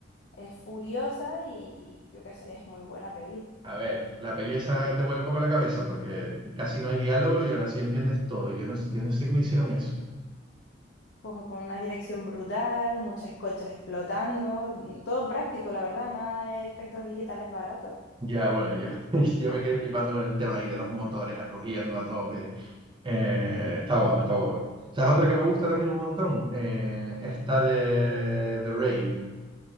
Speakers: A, on the left; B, on the right.
A: es furiosa y, y yo qué sé, es muy buena peli.
B: A ver, la peli esa te vuelve un poco la cabeza porque casi no hay diálogo y aún así entiendes todo. y Yo no, yo no sé cómo hicieron eso.
A: Con, con una dirección brutal, muchas coches explotando, mm, todo práctico, la verdad, nada de efectos digitales baratos.
B: Ya, bueno, yo, <laughs> yo me quedé flipando con el tema ahí de los motores rugiendo a tope. Eh, está guapa, está guapa. ¿Sabes otra que me gusta también un montón? Eh, esta de The Raid.